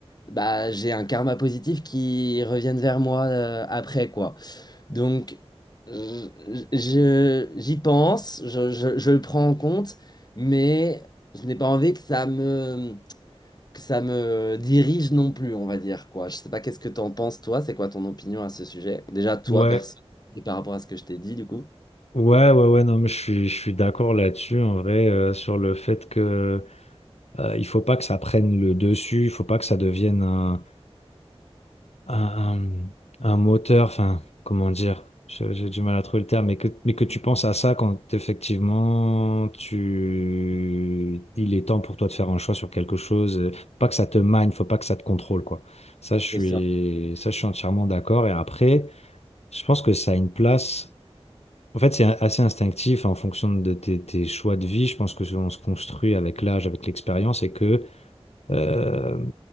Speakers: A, on the left; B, on the left.
A: bah, j'ai un karma positif qui revienne vers moi euh, après, quoi. Donc, je, je- j'y pense, je, je je le prends en compte, mais je n'ai pas envie que ça me que ça me dirige non plus, on va dire, quoi. Je sais pas qu'est-ce que t'en penses, toi, c'est quoi ton opinion à ce sujet? Déjà, toi,
B: Ouais,
A: perso, et par rapport à ce que je t'ai dit, du coup.
B: Ouais, ouais, ouais, non, mais je suis, je suis d'accord là-dessus, en vrai, euh, sur le fait que euh, il faut pas que ça prenne le dessus, il faut pas que ça devienne un, un, un- un moteur, enfin, comment dire, Je- j'ai du mal à trouver le terme, mais que, mais que tu penses à ça quand effectivement tu, il est temps pour toi de faire un choix sur quelque chose, euh, faut pas que ça te mine, faut pas que ça te contrôle, quoi. Ça, je suis,
A: Et ça.
B: ça, je suis entièrement d'accord. Et après, je pense que ça a une place. En fait, c'est assez instinctif en fonction de tes, tes choix de vie. Je pense que on se construit avec l'âge, avec l'expérience, et que euh,